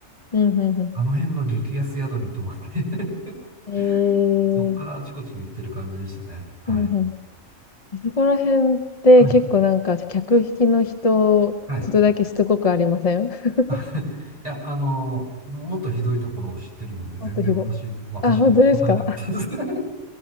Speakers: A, on the left; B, on the right.
A: うん、うん。う
B: あの辺の激安宿に泊まって
A: ん。えー。
B: <laughs> そっからあちこちに行ってる感じでしたね。はい。
A: うん、うん。そこら辺って結構なんか客引きの人、
B: はい。はい
A: ちょっとだけしつこくありません <laughs>
B: <laughs> いや、あの、もっとひどいところを知ってるので、全然私、
A: もっとひどい。
B: 私も答えなかったです。
A: あ、本当ですか
B: <laughs>